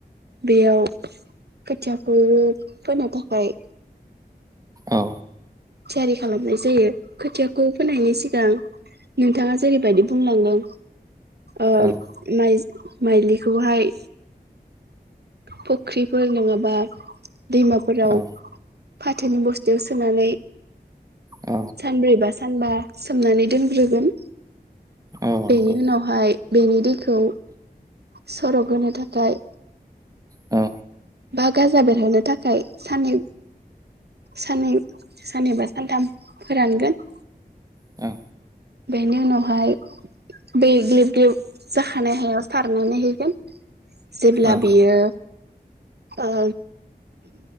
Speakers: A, on the right; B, on the right.
A: बेयाव खोथिया बोद फोनो थाखाय
B: औ
A: थियारि खालामनाय जायो खोथिया खौ फोनायनि सिगां। नोंथाङा जेरैबायदि बुंलांदों ओ-
B: औ
A: माइज- माइलिखौहाय। फख्रिफोर नङाबा दैमाफोराव
B: औ
A: फाथोनि बस्तायाव सोनानै
B: औ
A: सानब्रै बा, सानबा सोमनानै दोनग्रोगोन।
B: औ
A: बेनि
B: नंगौ
A: उनावहाय बेनि दैखौ सरक होनो थाखाय
B: औ।
A: बा गाजा बेरहनो थाखाय सानै साननै साननैबा सानथाम फोरानगोन।
B: औ।
A: बेनि उनावहाय बै ग्लेब ग्लेब जाखानाय हायाव सारनानै हैगोन। जेब्ला
B: औ
A: बेयो ओ